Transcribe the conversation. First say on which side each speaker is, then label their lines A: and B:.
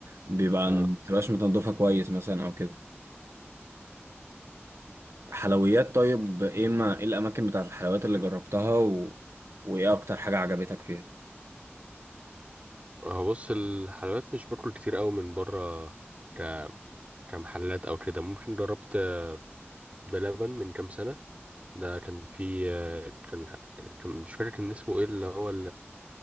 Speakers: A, on the right; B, on the right.
A: بيبقى
B: اه
A: بتبقاش متنضفة كويس مثلا أو كده حلويات طيب ايه ما ايه الاماكن بتاعت الحلويات اللي جربتها و... وايه اكتر حاجة عجبتك فيها
B: هو بص الحلويات مش باكل كتير قوي من بره ك... كمحلات او كده ممكن جربت بلبن من كام سنه ده كان في آه، كان كان- مش فاكر كان اسمه ايه اللي هو